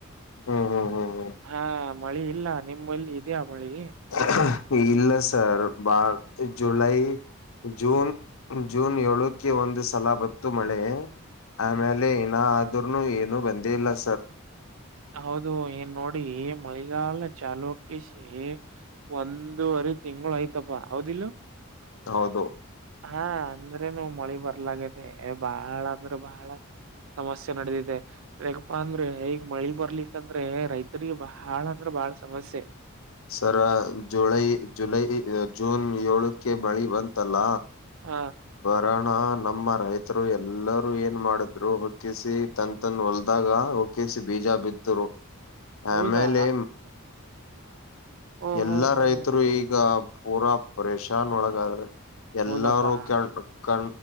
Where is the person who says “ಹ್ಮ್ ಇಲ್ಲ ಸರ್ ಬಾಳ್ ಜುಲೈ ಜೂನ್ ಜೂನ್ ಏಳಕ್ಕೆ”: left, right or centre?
Left